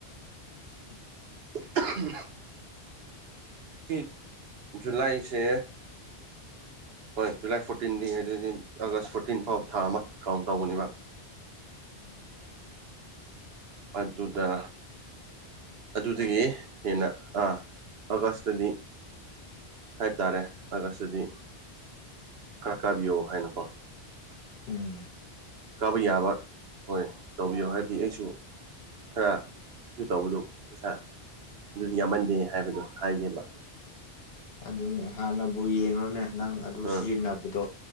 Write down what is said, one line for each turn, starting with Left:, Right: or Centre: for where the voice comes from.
Left: <unintelligible>
Right: <unintelligible> ꯑꯦ ꯖꯨꯂꯥꯏꯁꯦ ꯍꯣꯏ ꯖꯨꯂꯥꯏ ꯐꯣꯔꯇꯤꯟꯗꯤ ꯑꯗꯨꯗꯤ ꯑꯥꯒꯁ ꯐꯣꯔꯇꯤꯟ ꯐꯥꯎ ꯊꯥ ꯑꯃ ꯀꯥꯎꯟ ꯇꯧꯕꯅꯦꯕ
Left: <inaudible>
Right: ꯑꯗꯨꯗ ꯑꯗꯨꯗꯨꯒꯤ ꯍꯦꯟꯅ ꯑꯥ ꯑꯒꯁꯇꯗꯤ ꯍꯥꯏ ꯇꯥꯔꯦ ꯑꯥꯒꯁꯇꯗꯤ ꯈꯔ ꯀꯥꯕꯤꯌꯣ ꯍꯥꯏꯅꯀꯣ
Left: ꯎꯝ
Right: ꯀꯥꯕ ꯌꯥꯕ ꯍꯣꯏ ꯇꯧꯕꯤꯌꯣ ꯍꯥꯏꯕꯗꯤ ꯑꯩꯁꯨ ꯈꯔ ꯑꯗꯨ ꯇꯧꯕꯗꯨ ꯄꯩꯁꯥ ꯑꯗꯨꯗꯤ ꯌꯥꯝꯃꯟꯗꯦ ꯍꯥꯏꯕꯗꯣ ꯍꯥꯏꯒꯦꯕ
Left: ꯑꯗꯨꯅꯦ ꯍꯥꯟꯅꯕꯨ ꯌꯦꯡꯉꯨꯅꯦ ꯅꯪ ꯑꯗꯨ ꯁꯤꯖꯤꯟꯅꯕꯗꯣ
Right: ꯑꯥ